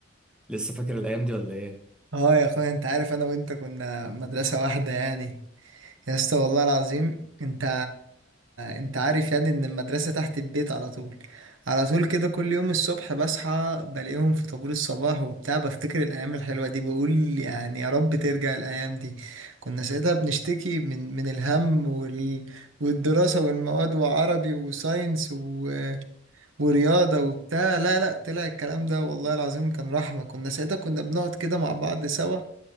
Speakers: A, in the centre; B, on the right (about 85°).
A: لسه فاكر الايام دي ولا ايه
B: اه يا اخويا انت عارف انا وانت كنا مدرسة واحدة يعني يا اسطى والله العظيم انت انت عارف يعني ان المدرسة تحت البيت على طول على طول كده كل يوم الصبح بصحى بلاقيهم في طابور الصباح وبتاع بفتكر الايام الحلوة دي بقول يعني يا رب ترجع الايام دي كنا ساعتها بنشتكي من من الهم وال... والدراسة والمواد وعربي وساينس و... ورياضة وبتاع لا لا طلع الكلام ده والله العظيم كان رحمة كنا ساعتها كنا بنقعد كده مع بعض سوا